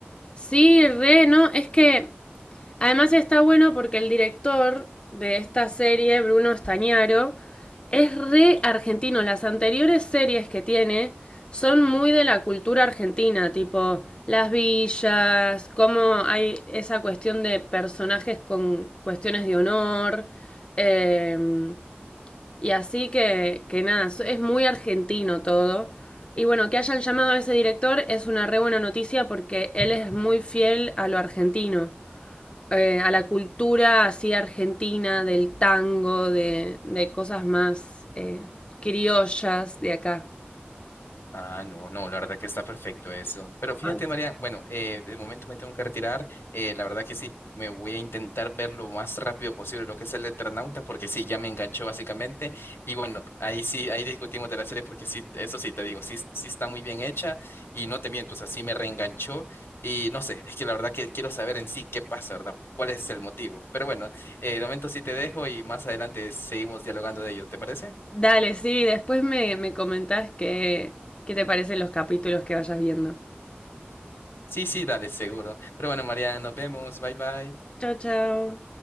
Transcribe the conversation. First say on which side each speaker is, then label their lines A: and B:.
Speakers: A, on the left; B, on the left.
A: Sí, re, no, es que Además está bueno porque el director de esta serie, Bruno Estañaro, es re argentino. Las anteriores series que tiene son muy de la cultura argentina, tipo las villas, cómo hay esa cuestión de personajes con cuestiones de honor. eh, y así que, que nada, so, es muy argentino todo. Y bueno, que hayan llamado a ese director es una re buena noticia porque él es muy fiel a lo argentino eh, a la cultura así argentina, del tango, de, de cosas más eh, criollas de acá.
B: Ah, no, no, la verdad que está perfecto eso. Pero fíjate,
A: Ay.
B: María, bueno, eh, de momento me tengo que retirar. eh, la verdad que sí, me voy a intentar ver lo más rápido posible lo que es el Eternauta, porque sí, ya me enganchó básicamente. Y bueno, ahí sí, ahí discutimos de la serie, porque sí, eso sí te digo, sí, sí está muy bien hecha y no te miento, o sea, sí me reenganchó. Y no sé, es que la verdad que quiero saber en sí qué pasa, ¿verdad? ¿Cuál es el motivo? Pero bueno, eh, de momento sí te dejo y más adelante seguimos dialogando de ello, ¿te parece?
A: Dale, sí, después me, me comentás qué, qué te parecen los capítulos que vayas viendo.
B: Sí, sí, dale, seguro. Pero bueno, María, nos vemos. Bye, bye.
A: Chao, chao.